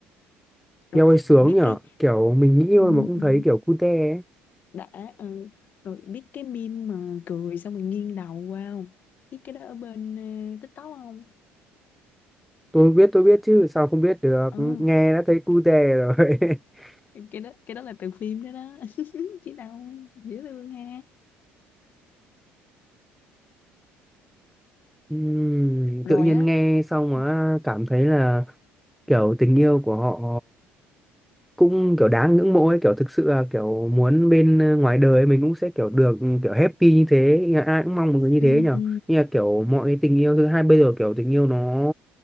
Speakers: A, in the centre; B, on the left.
A: Eo
B: rồi
A: ơi sướng
B: biết
A: nhở
B: cái
A: Kiểu mình nghĩ thôi
B: ừ,
A: mà cũng
B: ừ,
A: thấy kiểu cute ấy
B: đã ừ. rồi biết cái meme mà cười xong rồi nghiêng đầu qua không biết cái đó ở bên ờ, TikTok không
A: Tôi biết, tôi biết chứ, sao không biết được,
B: ừ,
A: nghe đã thấy cu
B: cái
A: dè rồi. <laughs>
B: cái đó cái đó là từ phim đó đó <laughs> chứ đâu dễ thương ha
A: Ừm,
B: rồi
A: tự nhiên
B: á
A: nghe xong
B: ừ
A: mà cảm thấy là kiểu tình yêu của họ cũng kiểu đáng ngưỡng mộ ấy, kiểu thực sự là kiểu muốn bên ờ, ngoài đời mình cũng sẽ kiểu được kiểu happy như thế, nhà ai cũng mong một người như
B: ừ
A: thế nhở.
B: ừ
A: Nhưng mà kiểu mọi cái tình yêu thứ hai bây giờ kiểu tình yêu nó